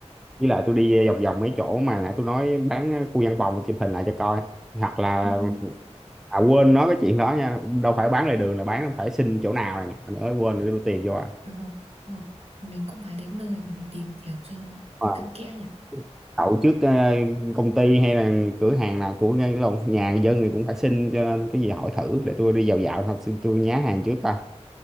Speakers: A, in the centre; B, on the right (about 60°).
A: với lại tôi đi vòng vòng mấy chỗ mà nãy tôi nói bán ờ, khu văn phòng chụp hình lại cho coi hoặc là
B: ừ. ừ,
A: à quên nói cái chuyện đó nha đâu phải bán lề đường là bán phải xin chỗ nào này nè nữa quên nữa đưa tiền vô à
B: đúng không đúng không mình cũng phải đến nơi để mình tìm hiểu cho nó
A: Ờ,
B: cặn kẽ nhỉ
A: đậu trước ờ, công ty hay là cửa hàng nào của ngay cái lồng nhà dân thì cũng phải xin cho nên cái gì hỏi thử để tôi đi dạo dạo thôi xin tôi nhá hàng trước coi